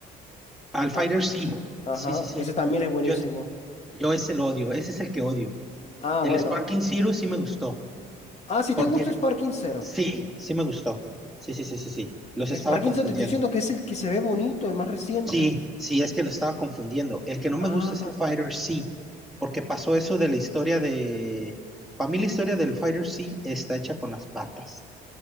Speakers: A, in the centre; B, on the left (about 40°).
A: Al Fighter
B: Ah,
A: sí,
B: ajá,
A: sí, sí, sí.
B: ese también es buenísimo.
A: Yo, yo ese lo odio, ese es el que odio.
B: Ah,
A: El
B: bueno.
A: Sparking Zero sí me gustó,
B: Ah, si
A: porque
B: te gusta Sparking Zero.
A: sí, sí me gustó. Sí, sí, sí, sí, sí. Los estaba
B: Sparking
A: confundiendo.
B: Zero te estoy diciendo que es el que se ve bonito, el más reciente.
A: Sí, sí, es que lo estaba confundiendo. El que no
B: Ah,
A: me gusta es el Fighter C, porque pasó eso de la historia de... Para mí la historia del Fighter C está hecha con las patas.